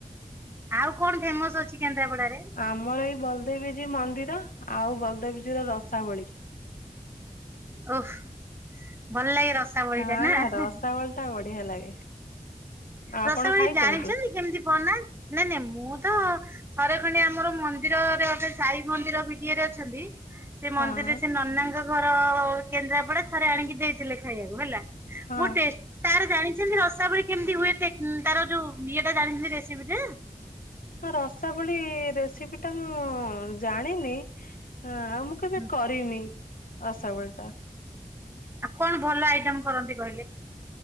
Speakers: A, on the right; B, on the left.
A: ଆଉ କଣ ଫେମସ ଅଛି କେନ୍ଦ୍ରାପଡାରେ?
B: ଆମର ଏଇ ବଲଦେବୀଜୀ ମନ୍ଦିର ଆଉ ବଲଦେବୀଜୀ ର ରସାବଳୀ
A: ଓଃ ଭଲ ଲାଗେ ରସାବଳି
B: ହଁ
A: ଟା ନା।
B: ରସାବଳି ଟା ବଢ଼ିଆ ଲାଗେ। ଆପଣ
A: ରସାବଳୀ
B: ଖାଇଛନ୍ତି?
A: ଜାଣିଚନ୍ତି କେମିତି ବନା ନାଇଁ ନାଇଁ ମୁଁ ତ ଥରେ ଖଣ୍ଡେ ଆମର ମନ୍ଦିରରେ ଗୋଟେ ସାଇ ମନ୍ଦିର ବିଡ଼ିଏରେ ଅଛନ୍ତି ସେ
B: ହଁ
A: ମନ୍ଦିରରେ ସେ ନନାଙ୍କ ଘର ଅ ଅ ଅ କେନ୍ଦ୍ରାପଡ଼ା ଥରେ ଆଣିକି ଦେଇଥିଲେ ଖାଇବାକୁ ହେଲା। ବହୁତ
B: ହଁ
A: ଟେଷ୍ଟ ତାର ଜାଣିଚନ୍ତି ରସାବଳି କେମିତି ହୁଏ? ସେ କିମ ତାର ଯୋଉ ଇଏ ଟା ଜାଣିଚନ୍ତି ରେସିପି ଟା?
B: ତ ରସାବଳି ଇ ଇ ରେସିପିଟା ମୁଁ ଉଁ ଉଁ ଉଁ ଜାଣିନି ହଁ ଆଉ ମୁଁ କେବେ
A: ହୁଁ
B: କରିନି ରସାବଳିଟା।
A: ଆଉ କଣ ଭଲ ଆଇଟମ୍ କରନ୍ତି କହିଲେ?